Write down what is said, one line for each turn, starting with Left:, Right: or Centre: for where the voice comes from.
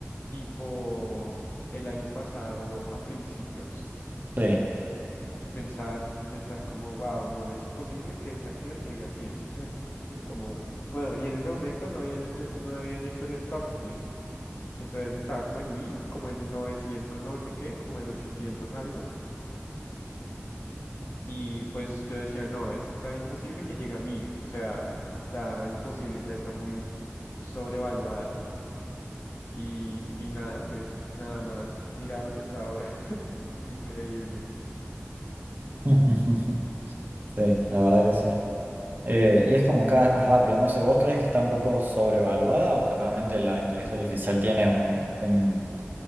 Left: tipo el año pasado a principios
Right: Sí.
Left: y, y pensar, pensar como, wow, no, es imposible que esta acción llegue a 100, <laughs> ¿Sí? Como, bueno, y en ese momento no habían, este- no habían hecho el stock split. Entonces estaba como en 1000, como en 900, no sé qué, como en 800 algo. Y pues yo decía, no, está imposible que llegue a mil, o sea, está imposible, ya está muy sobrevaluada. Y, y nada, pues nada más, mira dónde está ahora, <laughs> increíble.
Right: <laughs> Sí, la verdad que sí. Eh, y es como cada vez más rápido, no sé, ¿vos crees que está un poco sobrevaluada o que realmente la inteligencia artificial tiene un, un